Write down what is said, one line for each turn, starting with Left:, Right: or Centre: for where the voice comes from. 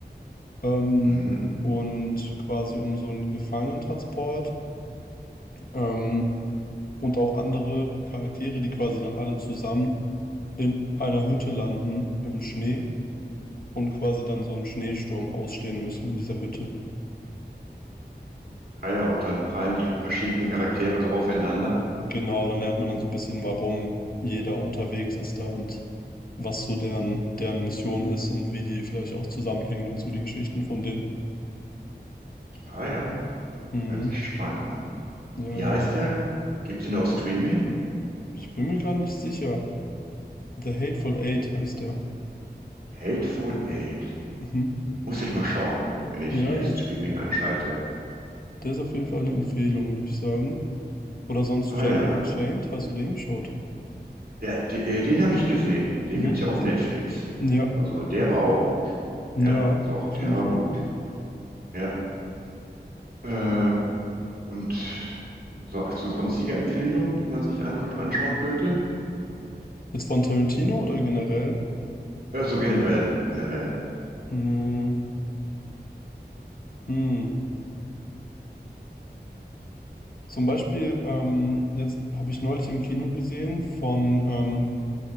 Left: ähm,
Right: Mhm.
Left: und quasi um so einen Gefangenentransport ähm, und auch andere Charaktere, die quasi dann alle zusammen in einer Hütte landen im Schnee und quasi dann so einen Schneesturm ausstehen müssen in dieser Hütte.
Right: Ah ja, und dann prallen die verschiedenen Charaktere so aufeinander.
Left: Genau, dann lernt man dann so ein bisschen, warum jeder unterwegs ist da und was so deren, deren Mission ist und wie die vielleicht auch zusammenhängen und so die Geschichten von denen.
Right: Ah ja,
Left: Mhm.
Right: hört sich spannend an.
Left: Ja,
Right: Wie
Left: ja.
Right: heißt der? Gibt's den auf Streaming?
Left: Ich bin mir gerade nicht sicher. The Hateful Eight heißt der.
Right: Hateful Eight.
Left: Mhm.
Right: Muss ich mal schauen, wenn ich
Left: Ja,
Right: hier
Left: ja.
Right: Streaming anschalte.
Left: Der ist auf jeden Fall eine Empfehlung, würde ich sagen. Oder sonst
Right: Ah
Left: Django
Right: ja,
Left: Unchained, hast du den geschaut?
Right: ja, de- äh, den habe ich gesehen. Den
Left: Mhm.
Right: gibt's ja auf Netflix.
Left: Ja,
Right: Also der war auch gut.
Left: ja,
Right: Ja, doch,
Left: auf
Right: der
Left: jeden
Right: war
Left: Fall.
Right: gut. Ja, äh, und so hast du sonstige Empfehlungen, die man sich angu- anschauen könnte?
Left: Jetzt von Tarantino oder generell?
Right: Also generell, generell.
Left: Hm, hm. Zum Beispiel, ähm, jetzt habe ich neulich im Kino gesehen von, ähm,